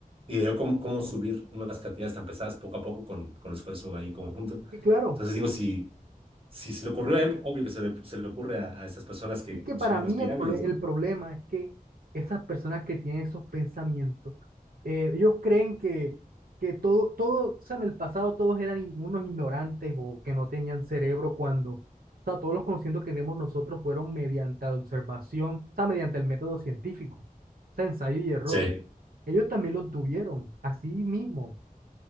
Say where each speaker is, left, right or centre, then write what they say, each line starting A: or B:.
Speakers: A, on the right; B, on the right.
A: Y veo cómo, cómo subir unas cantidades tan pesadas poco a poco con, con esfuerzo ahí conjunto.
B: Sí, claro.
A: Entonces digo, si, si se le ocurrió a él, obvio que se le, se le ocurre a, a esas personas que
B: Es que
A: construyeron
B: para mí
A: las pirámides,
B: el, prole-
A: ¿no?
B: el problema es que esas personas que tienen esos pensamientos, eh, ellos creen que, que todo, todo, o sea, en el pasado todos eran in- unos ignorantes o que no tenían cerebro cuando, o sea, todos los conocimientos que tenemos nosotros fueron mediante la observación, o sea, mediante el método científico, o sea, ensayo y error.
A: Sí,
B: Ellos también lo tuvieron, así mismo.